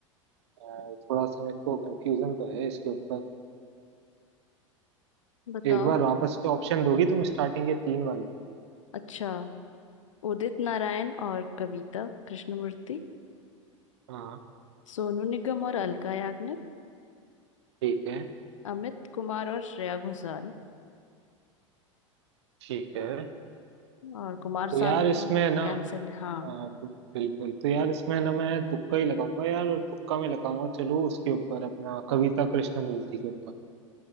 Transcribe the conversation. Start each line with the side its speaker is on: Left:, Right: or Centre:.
Right: अ, थोड़ा सा मेरे को कंफ्यूजन तो है इसके ऊपर
Left: बताओ
Right: एक बार वापस से ऑप्शन दोगी तुम स्टार्टिंग के तीन वाले
Left: अच्छा उदित नारायण और कविता कृष्णमूर्ति
Right: हाँ
Left: सोनू निगम और अलका याग्निक
Right: ठीक है
Left: अमित कुमार और श्रेया घोषाल
Right: ठीक है
Left: और कुमार
Right: तो
Left: सानू
Right: यार इसमें
Left: तो
Right: ना
Left: कैंसिल है हाँ
Right: अ, बिल्कुल तो यार इसमें ना मैं तुक्का ही लगाऊंगा यार और तुक्का में लगाऊंगा चलो उसके ऊपर अपना कविता कृष्णमूर्ति के ऊपर